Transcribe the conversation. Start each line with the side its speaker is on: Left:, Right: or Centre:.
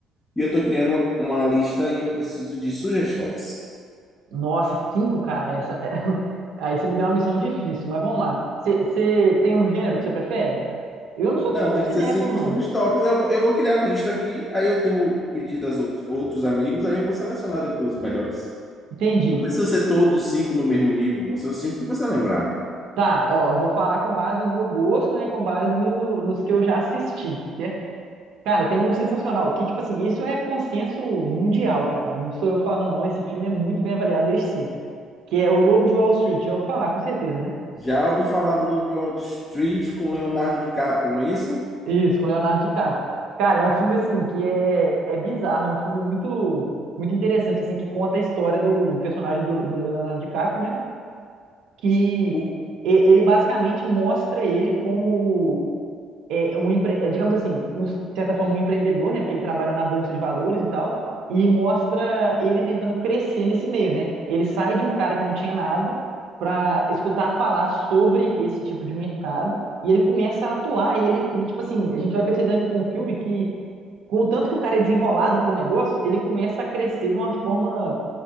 Left: e eu tô criando uma, uma lista e eu preciso de sugestões.
Right: Nossa, cinco, cara. Essa... <laughs> Aí você me deu uma missão difícil, mas vamos lá. Você tem um gênero que você prefere? Eu não sou
Left: Não,
Right: tão
Left: tem
Right: cinéfilo,
Left: que ser cinco
Right: não.
Left: filmes tops. Eu vou, eu vou criar a lista aqui, aí eu tenho pedido aos outros, outros amigos, aí eu vou selecionar depois os melhores.
Right: Entendi.
Left: Não precisa ser todos os cinco no mesmo nível, vão ser os cinco que você lembrar.
Right: Tá, ó, eu vou falar com base no meu gosto, né? Com base no- nos que eu já assisti, certo? Cara, tem um sensacional, que, tipo assim, isso é consenso mundial, cara. Não sou eu falando, não. Esse filme é muito bem avaliado desde sempre. Que é O Lobo de Wall Street. Já vou falar, com certeza, né?
Left: Já ouvi falar do Lobo de Wall Street com Leonardo DiCaprio, não é isso?
Right: Isso, com Leonardo DiCaprio. Cara, é um filme assim que é, é bizarro, é um filme muito muito interessante assim que conta a história do, do personagem do, do Leonardo DiCaprio, né? Que
Left: O-
Right: e- ele basicamente mostra ele como é um empre... é, digamos assim, um, de certa forma, um empreendedor, né? Porque ele trabalha na bolsa de valores e tal, e mostra ele tentando crescer nesse meio, né? Ele sai de um cara que não tinha nada para escutar falar sobre esse tipo de mercado e ele começa a atuar e ele e tipo assim, a gente vai percebendo com o filme que com o tanto que o cara é desenrolado pro negócio, ele começa a crescer de uma forma